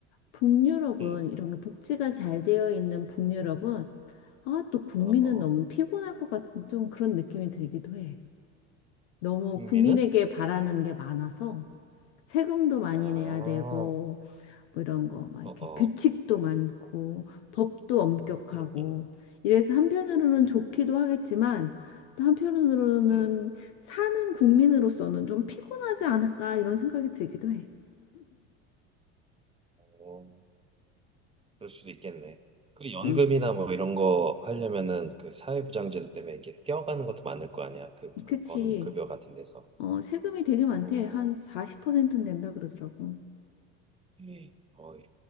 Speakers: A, on the left (about 75°); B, on the right (about 15°).
A: 북유럽은
B: 음,
A: 이런 게 복지가 잘 되어 있는 북유럽은 아, 또 국민은
B: 어, 어.
A: 너무 피곤할 것 같은 좀 그런 느낌이 들기도 해. 너무
B: 흥미는?
A: 국민에게 바라는 게 많아서 세금도 많이
B: 아, 어,
A: 내야 되고 뭐 이런 거 막
B: 어,
A: 이렇게 규칙도 많고 법도 엄격하고
B: 음, 음.
A: 이래서 한편으로는
B: 음.
A: 좋기도 하겠지만 또 한편으로는
B: 음,
A: 사는 국민으로서는 좀 피곤하지 않을까 이런 생각이 들기도 해.
B: 어, 그럴 수도 있겠네. 그 연금이나
A: 응,
B: 뭐 이런 거 하려면은 그 사회보장제도 때문에 이렇게 뛰어가는 것도 많을 거 아니야. 그, 그
A: 그치.
B: 버는 급여 같은 데서.
A: 어, 세금이 되게 많대.
B: 어,
A: 한 40% 낸다 그러더라고.
B: 예. 어휴,